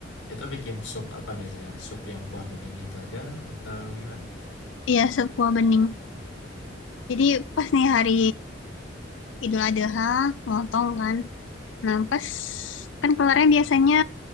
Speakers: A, on the left (about 85°); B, on the left (about 70°).
A: itu bikin sup apa biasanya? Sup yang kuah bening itu aja atau gimana?
B: Iya, sebuah bening. Jadi pas nih hari Idul Adha, lontong kan. Nah, pas kan kelarnya biasanya